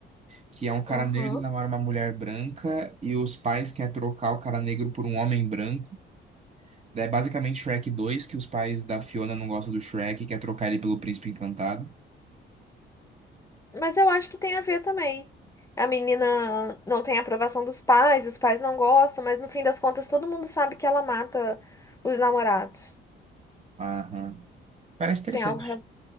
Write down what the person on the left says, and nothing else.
Aham.
Mas eu acho que tem a ver também. A menina não tem aprovação dos pais, os pais não gostam, mas no fim das contas todo mundo sabe que ela mata os namorados.
Tem algo. re-